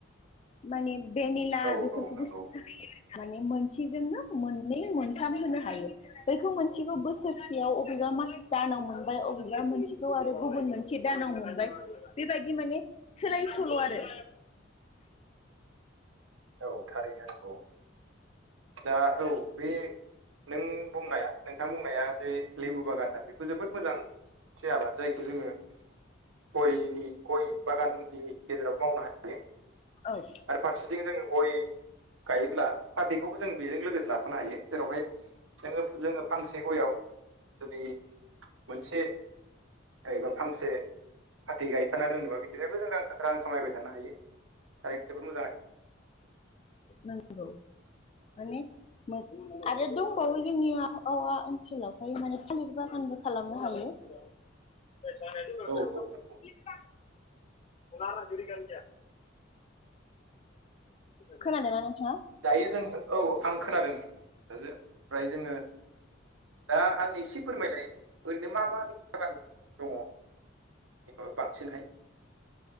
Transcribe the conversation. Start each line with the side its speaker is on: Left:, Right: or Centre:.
Left: माने भेनिला
Right: औ
Left: बेफोरखौबो
Right: औ नंगौ
Left: सोनो हायो आरोना माने मोनसेजोंनो नै मोनथाम होनो हायो। बैखौ मोनसेखौ बोसोरसेयाव अबेबा मास दानाव मोनबाय अबेबा मोनसेगौ आरो गुबुन मोन से दानाव मोनबाय बेबायदि माने सोलाय-सोल' आरो।
Right: औ थारैनो नंगौ दा औ। बे नों बुंनाया नोंथां बुंनाया जे लेबु बागान होनना बेबो जोबोद मोजां से आबाद जायखौ जोङो गयनि गय बागाननि गेजेराव मावनो हायो।
Left: औ
Right: आरो फारसेथिं जोङो गय गायोब्ला फाथैखौबो जों बेजों लोगोसे लाफानो हायो जेरावहाय नोङो जोङो फांसे गयाव जुदि मोनसे एबा फांसे फाथै गायफाना दोनोबा बेनिफ्रायबो जों रां खा रां खामायबाय थानो हायो थारैनो जोबोद मोजां
Left: <inaudible> नोंगौ माने। मो आरो दंबावो जोंनि आबहावा ओनसोलावहाय माने थालिर बागानबो खालामनो हायो।
Right: <unintelligible>
Left: <inaudible>
Right: औ नंगौ
Left: <inaudible> खोनादोंना नोंथाङा?
Right: दायो जों औ आं खोनादों। <inaudible> फ्राय जोङो दा आंनि एसे फोरमायलाय ओरैनो मा मानि बागान दङ'। ओ बांसिनहाय